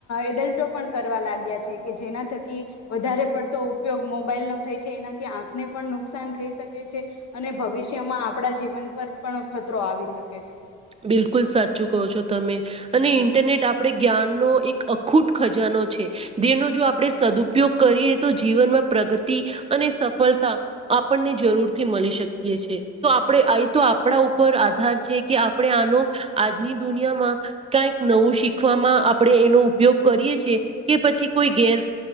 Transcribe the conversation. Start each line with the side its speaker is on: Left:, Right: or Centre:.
Left: એડલ્ટ પણ કરવા લાગ્યા છે કે જેના થકી વધારે પડતો ઉપયોગ મોબાઈલ નો થઈ છે એનાથી આંખને પણ નુકસાન થઈ શકે છે અને ભવિષ્યમાં આપણા જીવન પર પણ ખતરો આવી શકે છે
Right: બિલકુલ સાચું કહો છો તમે અને ઇન્ટરનેટ આપણે જ્ઞાનનો એક અખૂટ ખજાનો છે દનો જો આપણે સદુપયોગ કરીએ તો જીવનમાં પ્રગતિ અને સફળતા આપણને જરૂર થી મળી શકે તો આપડણે આ તો આપણા ઉપર આધાર છે કે આનો આજની દુનિયામાં કક નવું શીખવામાં આપણે એનો ઉપયોગ કરીએ છેએ કે પછી કોઈ ગેર